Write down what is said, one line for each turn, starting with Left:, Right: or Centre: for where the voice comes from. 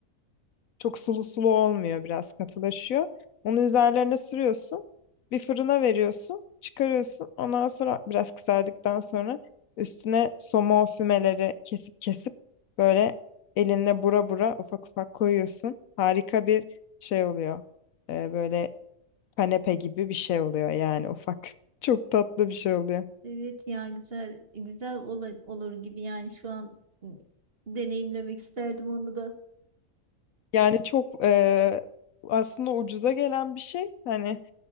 Left: Çok sulu sulu olmuyor biraz katılaşıyor. Onu üzerlerine sürüyorsun. Bir fırına veriyorsun. Çıkarıyorsun. Ondan sonra biraz kızardıktan sonra üstüne somon fümeleri kesip kesip böyle elinle bura bura ufak ufak koyuyorsun. Harika bir şey oluyor. Ee, böyle kanepe gibi bir şey oluyor yani ufak. <laughs> Çok tatlı bir şey oluyor.
Right: evet ya güzel güzel ola- olur gibi yani şu an ı, deneyimlemek isterdim onu da.
Left: Yani çok e, aslında ucuza gelen bir şey. Hani